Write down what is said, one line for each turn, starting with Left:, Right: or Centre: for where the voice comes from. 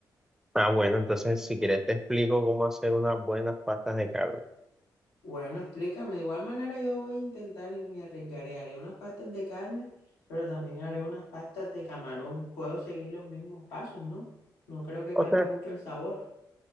Centre: Ah, bueno, entonces si quieres te explico cómo hacer unas buenas pastas de carne.
Left: Bueno, explícame, de igual manera yo voy a intentar y me arriesgaré, haré unas pastas de carne, pero también haré unas pastas de camarón. Puedo seguir los mismos pasos, ¿no? No creo que
Centre: Ok,
Left: cambie mucho el sabor.